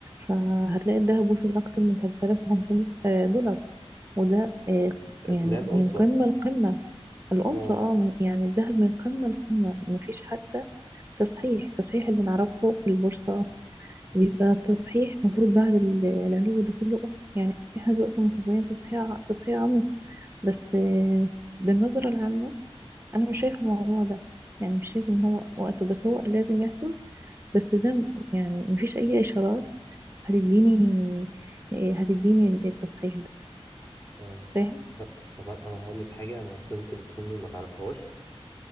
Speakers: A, on the right; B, on the left.
A: فهتلاقي الذهب وصل اكتر من 3500 دولار وده آه، يعني
B: لا الأونصة
A: من قمة لقمة الأونصة
B: اه
A: اه من يعني الذهب من قمة لقمة مفيش حتى تصحيح التصحيح اللي نعرفه في البورصة بيبقى التصحيح المفروض بعد ال- العلو ده كله آه، يعني احنا دلوقتي متظاهرين تصحيح ع- تصحيح عميق بس آه، بالنظرة العامة أنا مش شايفة الموضوع ده يعني مش شايفة إن هو وقته بس هو لازم يحصل بس ده م- يعني مفيش أي إشارات هتديني آه، هتديني التصحيح ده
B: آه.
A: فاهم
B: طب طب انا أنا هقول لك حاجه ممكن انت تكون ما تعرفهاش